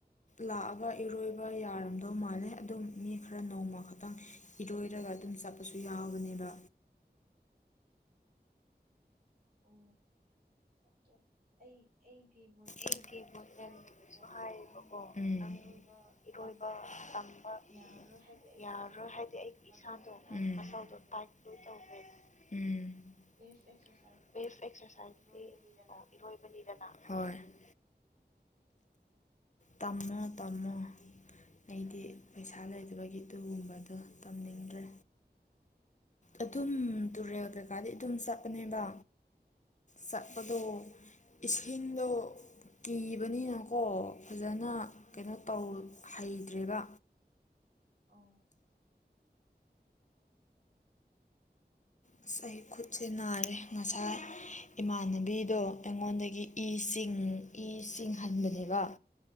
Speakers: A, on the left; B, on the right.
A: ꯂꯥꯛꯑꯒ ꯏꯔꯣꯏꯕ ꯌꯥꯔꯝꯗꯧ ꯃꯥꯜꯂꯦ ꯑꯗꯨꯝ ꯃꯤ ꯈꯔ ꯅꯣꯡꯃ ꯈꯛꯇꯪ ꯏꯔꯣꯏꯔꯒ ꯑꯗꯨꯝ ꯆꯠꯄꯁꯨ ꯌꯥꯎꯕꯅꯦꯕ
B: ꯎ ꯑ ꯑꯩ ꯑꯩꯒꯤ ꯕꯣꯏ ꯐ꯭ꯔꯦꯟꯗꯨꯅꯁꯨ
A: ꯑꯩꯒꯤ ꯕꯣꯏꯐ꯭ꯔꯦꯟꯁꯨ
B: ꯍꯥꯏꯌꯦꯕꯀꯣ
A: ꯍꯥꯏꯌꯦꯕꯀꯣ
B: ꯅꯪ
A: ꯅꯪ
B: ꯏꯔꯣꯏꯕ
A: ꯏꯔꯣꯏꯕ
B: ꯇꯝꯕ
A: ꯇꯝꯕ
B: ꯌꯥꯔꯔꯣꯏ ꯍꯥꯏꯗꯤ ꯑꯩꯒꯤ
A: ꯌꯥꯔꯔꯣꯏ
B: ꯏꯁꯥꯗꯣ
A: ꯍꯥꯏꯗꯤ ꯑꯩꯒꯤ
B: ꯃꯁꯜꯗꯣ
A: ꯏꯁꯥꯗꯣ
B: ꯇꯥꯏꯠ
A: ꯃꯁꯜꯗꯣ
B: ꯂꯣꯏ ꯇꯧꯈ꯭ꯔꯦꯕ
A: ꯇꯥꯏꯠ ꯂꯣꯏ ꯎꯝ
B: ꯕꯦꯁ ꯑꯦꯛꯁꯔꯁꯥꯏꯁꯇꯤ
A: <unintelligible>
B: ꯑꯣ ꯏꯔꯣꯏꯕꯅꯤꯗꯅ
A: ꯇꯃꯣ ꯇꯃꯣ <unintelligible> ꯑꯩꯗꯤ ꯄꯩꯁꯥ ꯂꯩꯇꯕꯒꯤ ꯑꯗꯨꯒꯨꯝꯕꯗꯣ ꯇꯝꯅꯤꯡꯗ꯭ꯔꯦ ꯑꯗꯨꯝ ꯇꯨꯔꯦꯜ ꯀꯩꯀꯥꯗꯤ ꯑꯗꯨꯝ ꯆꯠꯄꯅꯦꯕ ꯆꯠꯄꯗꯣ ꯏꯁꯤꯡꯁꯤꯡꯗ ꯀꯤꯕꯅꯤꯅꯀꯣ ꯐꯖꯅ
B: ꯎꯝ
A: ꯀꯩꯅꯣ ꯇꯧ ꯍꯩꯇ꯭ꯔꯦꯕ
B: ꯑ
A: ꯑꯁ ꯑꯩ ꯈꯨꯠꯁꯦ ꯅꯥꯔꯦ ꯉꯁꯥ ꯏꯃꯥꯟꯅꯕꯤꯗꯣ ꯑꯩꯉꯣꯟꯗꯒꯤ ꯏ ꯆ ꯏ ꯆꯤꯡꯍꯟꯕꯅꯦꯕ